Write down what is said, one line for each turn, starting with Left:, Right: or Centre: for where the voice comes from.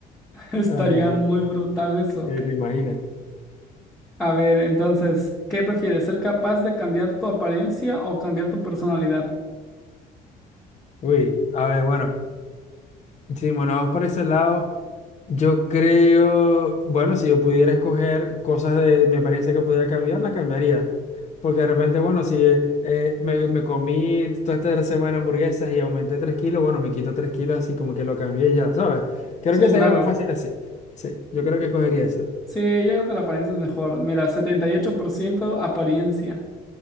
Centre: <laughs> Estaría
Left: Ay, no.
Centre: muy brutal eso.
Left: Eh, ¿Te imaginas?
Centre: A ver, entonces, ¿qué prefieres? ¿Ser capaz de cambiar tu apariencia o cambiar tu personalidad?
Left: Uy, a ver, bueno, si nos vamos por ese lado, yo creo, bueno, si yo pudiera escoger cosas de mi apariencia que pudiera cambiar, las cambiaría. Porque de repente, bueno, si eh, me, me comí toda esta semana hamburguesas y aumenté 3 kilos, bueno, me quito 3 kilos así como que lo cambié y ya, ¿sabes? Creo
Centre: Sí,
Left: que
Centre: claro.
Left: sería más fácil así. Sí, yo creo que escogería eso.
Centre: Sí, yo creo que la apariencia es mejor. Mira, 78% apariencia.